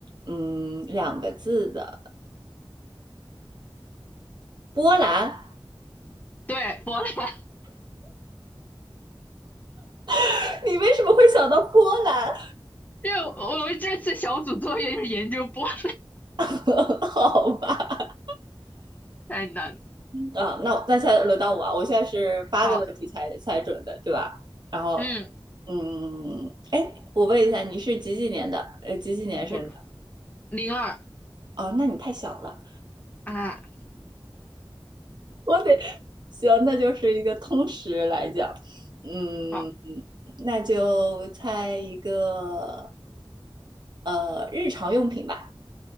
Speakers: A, on the right; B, on the left.
A: 嗯，两个字的波兰，
B: 对，波兰，<laughs>
A: <laughs> 你为什么会想到波兰？
B: 因为我我这次小组作业就是研究波兰，
A: <laughs> 好吧。
B: 太难了。
A: 啊，那那现在轮到我啊，我现在是八个问题才才准的，
B: 好，
A: 对吧？然后，
B: 嗯，
A: 嗯，哎，我问一下，你是几几年的？呃，几几年生的？
B: 我零二
A: 哦，那你太小了，
B: 啊，
A: 我得，行，那就是一个通识来讲，嗯，
B: 好
A: 那就猜一个，呃，日常用品吧，